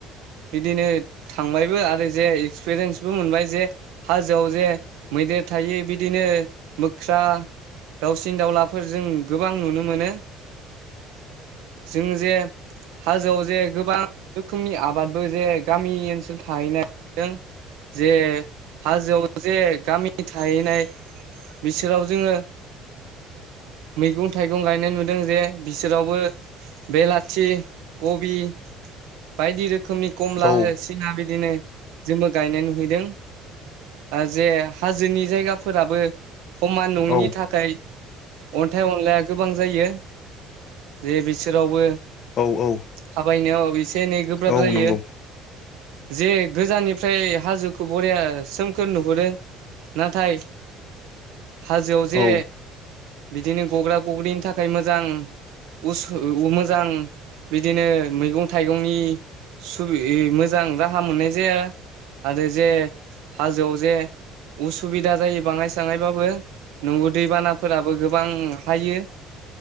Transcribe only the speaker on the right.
बिदिनो थांबायबो आरो जे एक्सपिरियेन्सबो मोनबाय जे हाजोआव जे मैदेर थायो बिदिनो मोख्रा दाउसिन‌ दावलाफोरजों गोबां नुनो मोनो जों जे हाजोआव जे गोबां रोखोमनि आबादबो जे गामि ओनसोल थाहैनाय दों जे हाजोआव जे गामि थाहैनाय बिसोराव जोङो मैगं थाइगं गायनाय नुदों जे बिसोरावबो बेलाथि थि कबि बायदि रोखोमनि कमला
हो सिना बिदिनो जोंबो गायनाय नुहैदों ओ जे हाजोनि जायगाफोराबो खमान नङिनि
थाखाय अन्थाइ अनलाया गोबां जायो जे बिसोरावबो
थाबायनायाव इसे एनै गोब्राब
जायो
जे गोजाननिफ्राय हाजोखौ बरिया सोमखोर नुहुरो नाथाय हाजोआव जे
बिदिनो गग्रा गग्रिनि थाखाय मोजां उसु मोजां बिदिनो मैगं थाइगंनि सुबि मोजां राहा मोननाय जाया आरो जे हाजोआव जे उसुबिदा जायो बाङाय साङायबाबो न'आव दैबानाफोराबो गोबां हायो